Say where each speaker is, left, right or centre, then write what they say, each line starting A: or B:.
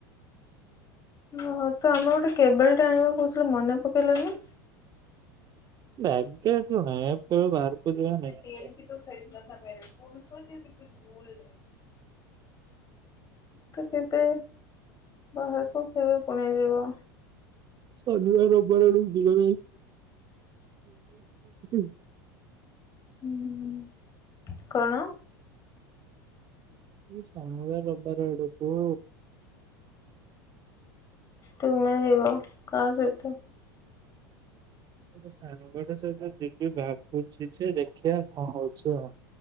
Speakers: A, on the left (about 35°); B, on the right (about 40°).
A: ଓହୋ ତ ଆମେ ଗୋଟେ କେବଲ୍ ଟେ ଆଣିବାକୁ କହୁଥିଲେ ମନେ ପକେଇଲନି।
B: ବ୍ୟାଗ୍ ଟେ ଆସିବ ନାଇ କେବେ ବାହାରକୁ ଯିବାର ନାଇଁ।
A: ଗ୍ୟାରେଣ୍ଟି ଦଉ ଫେରେଇଥିଲା ତା ମ୍ୟାରେଜ୍ କୁ <unintelligible> ତ କେବେ ବାହାରକୁ କେବେ ପଳେଇ ଯିବ।
B: ଶନିିବାର, ରବିବାର ଆଡ଼କୁ ଯିବ <unintelligible>
A: ଉଁ କଣ?
B: ଏ ଶନିବାର, ରବିବାର ଆଡ଼କୁ।
A: ତୁମେ ଯିବ କାହା ସହିତ?
B: ଏ ସାଙ୍ଗ ଟେ ସହିତ ଯିବି ଭାବୁଛି ଯେ ଦେଖିବା କଣ ହଉଛି ଆଉ।